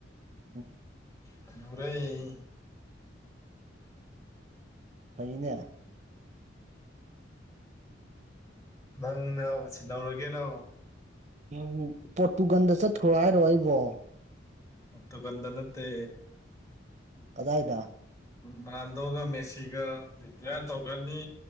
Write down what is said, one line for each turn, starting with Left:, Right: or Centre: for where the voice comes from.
Right: ꯎꯝ
Left: ꯍꯅꯨꯔꯥꯦ
Right: ꯐꯩꯅꯦ
Left: ꯅꯪꯅ ꯁꯤꯟꯍꯧꯔꯒꯦꯔꯣ
Right: ꯎꯝ ꯄꯣꯔꯇꯨꯒꯥꯟꯗ ꯆꯠꯈ꯭ꯔꯣ ꯍꯥꯏꯔꯣ ꯑꯩꯕꯣ
Left: ꯄꯣꯔꯇꯨꯒꯜ ꯗ ꯅꯠꯇꯦ
Right: ꯀꯗꯥꯏꯗꯥ
Left: ꯔꯣꯟꯜꯗꯣꯚ ꯃꯦꯁꯤꯒ ꯔꯤꯇꯤꯌꯥꯔ ꯇꯧꯈꯅꯤ